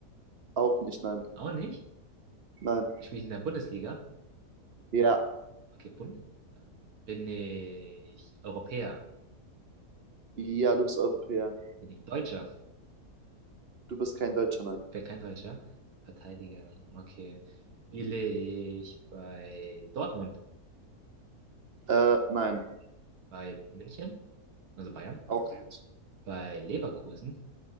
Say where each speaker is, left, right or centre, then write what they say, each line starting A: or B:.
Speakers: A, on the right; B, on the right.
A: Auch nicht, nein.
B: Auch nicht.
A: Nein.
B: Spiele ich in der Bundesliga?
A: Ja.
B: Okay, Bundesliga. Bin ich Europäer?
A: Ja, du bist Europäer.
B: Bin ich Deutscher?
A: Du bist kein Deutscher, nein.
B: Ich bin kein Deutscher. Verteidiger. Okay. Spiele ich bei Dortmund?
A: Äh, nein,
B: Bei München? Also Bayern?
A: auch nicht.
B: Bei Leverkusen?